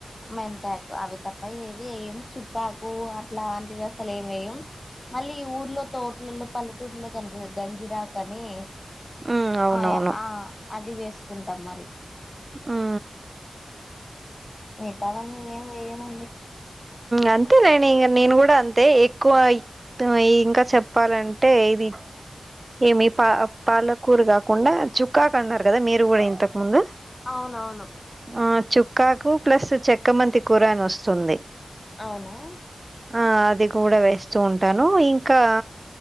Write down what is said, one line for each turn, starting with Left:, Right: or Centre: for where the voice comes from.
Left: మెంతాకు అవి తప్ప ఏది ఎయ్యం చుక్కాకు అట్లాంటి అసలు ఏమ్ ఎయ్యం మళ్ళీ ఈ ఊర్లో తోటలలో పల్లెటూళ్లో కనిపి గంజిరాకని
Right: మ్మ్ అవునవును
Left: ఆయ ఆ అది వేసుకుంటాం మరి
Right: మ్
Left: మిగతావన్నీ ఏం వేయమండి
Right: అంతేలేండి ఇంగ నేను కూడా అంతే ఎక్కువ త్తమయ్ ఇంకా చెప్పాలంటే ఇది ఏమి పా పాలకూర కాకుండా చు క్కాకు అన్నారు కదా మీరు కూడా ఇంతకు ముందు
Left: అవునవును
Right: ఆ చుక్కాకు ప్లస్ చెక్కమంతి కూర అని వస్తుంది
Left: అవునా
Right: ఆ అది కూడా వేస్తూ ఉంటాను ఇంకా